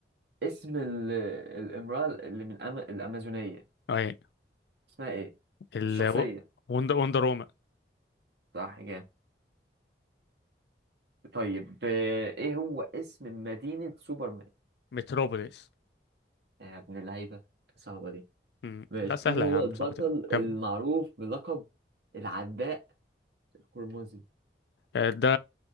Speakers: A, on the right; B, on the left.
A: اسم ال- الامرأة اللي من أما... الأمازونية
B: اي
A: اسمها ايه؟
B: ال
A: الشخصية
B: وندر وندر وومن
A: صح جامد طيب آه، ايه هو اسم مدينة سوبرمان؟
B: متروبوليس
A: يا ابن اللعيبة صعبة دي
B: مم.
A: ماشي
B: لا سهله
A: مين هو
B: يا عم
A: البطل
B: صعبه إيه؟ كمل
A: المعروف بلقب العداء القرمزي؟
B: آه، ده